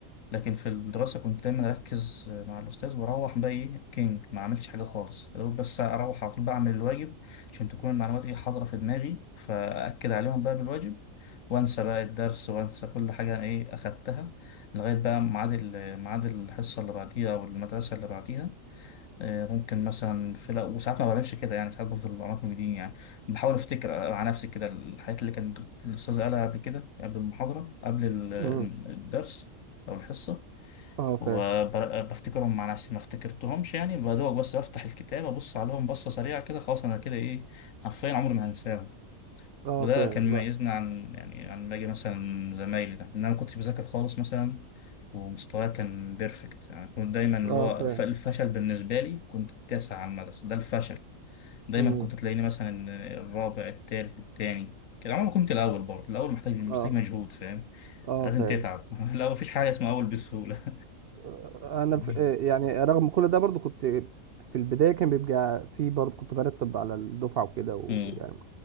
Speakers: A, on the left (about 70°); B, on the right (about 65°).
A: لكن في الدراسة كنت دايما أركز مع الأستاذ وأروح بقى إيه كينج ما عملتش حاجة خالص يا دوب بس أروح على طول بعمل الواجب عشان تكون المعلومات إيه حاضرة في دماغي فأكد عليهم بقى بالواجب وأنسى بقى الدرس وأنسى كل حاجة إيه أخدتها لغاية بقى ميعاد ال- ميعاد الحصة اللي بعديها أو المدرسة اللي بعديها آه، ممكن مثلا في لا وساعات ما بعملش كده يعني ساعات بفضل معلومات موجودين يعني بحاول أفتكر مع نفسي كده الحاجات اللي كان الأستاذ قالها قبل كده قبل المحاضرة قبل ال-
B: امم
A: الدرس أو الحصة
B: اه فاهم
A: وبفتكرهم مع نفسي ما افتكرتهمش يعني بدوق بس افتح الكتاب ابص عليهم بصه سريعه كده خلاص انا كده ايه حرفيا عمري ما هنساهم
B: اه
A: وده
B: فاهم
A: كان مميزنا
B: لا،
A: عن يعني عن باقي مثلا زمايلي ده ان انا ما كنتش بذاكر خالص مثلا ومستواي كان بيرفكت يعني كنت دايما اللي
B: اه
A: هو
B: فاهم
A: ف- الفشل بالنسبه لي كنت التاسع على المدرسه ده الفشل دايما
B: امم
A: كنت تلاقيني مثلا الرابع التالت التاني كده عمري ما كنت الاول برضه الاول محتاج محتاج
B: اه
A: مجهود فاهم
B: اه
A: لازم
B: فاهم
A: تتعب <laughs> الاول مفيش حاجه اسمها اول بسهوله
B: آه، انا
A: <laughs>
B: ف... آه، يعني رغم كل ده برضو كنت في البدايه كان بيبقى في برضو كنت برتب على الدفعه وكده ويعني
A: امم